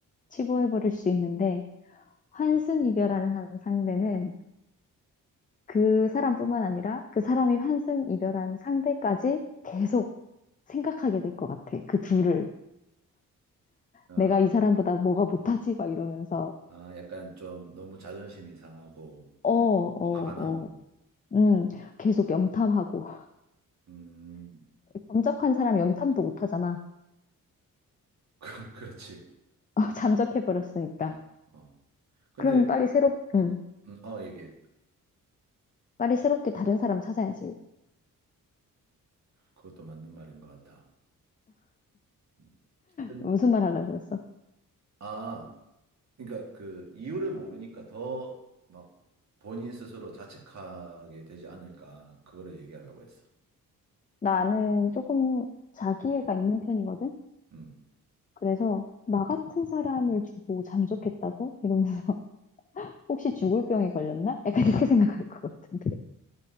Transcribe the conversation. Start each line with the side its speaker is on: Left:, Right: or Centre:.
Left: 치부해버릴 수 있는데, 환승 이별하는 한 상대는 그 사람뿐만 아니라 그 사람이 환승 이별한 상대까지 계속 생각하게 될 것 같아. 그 둘을.
Right: 어, 아,
Left: 내가 이 사람보다 뭐가 못하지? 막 이러면서.
Right: 아, 약간 좀 너무 자존심이 상하고
Left: 어, 어,
Right: 화가 나고.
Left: 어. 음, 계속 염탐하고.
Right: 음,
Left: 범적한 사람 염탐도 못 하잖아.
Right: <laughs> 그, 그렇지.
Left: 어, <laughs> 잠적해버렸으니까.
Right: 어, 어. 근데
Left: 그럼 빨리 새롭, 음,
Right: 음, 어, 얘기해.
Left: 빨리 새롭게 다른 사람 찾아야지.
Right: 그것도 맞는 말인 것 같아. 음, 근-
Left: 무슨 말 하려고 그랬어?
Right: 아, 그러니까 그 이유를 모르니까 더 막 본인 스스로 자책하게 되지 않을까. 그거를 얘기하려고 했어.
Left: 나는 조금 자기애가 있는 편이거든?
Right: 음.
Left: 그래서, 나 같은 사람을 두고 잠적했다고? 이러면서, <laughs> 혹시 죽을 병에 걸렸나? 약간 이렇게 생각할 것 같은데.